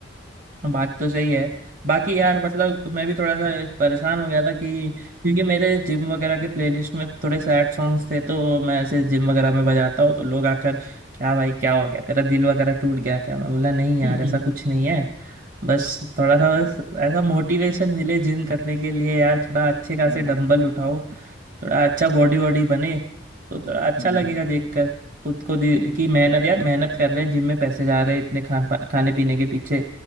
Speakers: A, on the right; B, on the right.
A: बात तो सही है बाकी यार मतलब मैं भी थोड़ा सा परेशान हो गया था कि क्योंकि मेरे जिम वगैरह के प्लेलिस्ट में थोड़े सैड सॉन्ग्स थे तो मैं ऐसे जिम वगैरह में बजाता हूँ तो लोग आकर क्या भाई क्या हो गया तेरा दिल वगैरह टूट गया क्या मैं बोला नहीं
B: हम्म
A: यार ऐसा कुछ नहीं है बस थोड़ा सा बस ऐसा मोटिवेशन मिले जिम करने के लिए यार थोड़ा अच्छे खासे
B: हम्म
A: डंबल उठाओ थोड़ा अच्छा बॉडी वॉडी बने तो थोड़ा अच्छा
B: हम्म।
A: लगेगा देखकर खुद को दे- कि मेहनत यार मेहनत कर रहे हैं जिम में पैसे जा रहे हैं इतने खान पा- खाने पीने के पीछे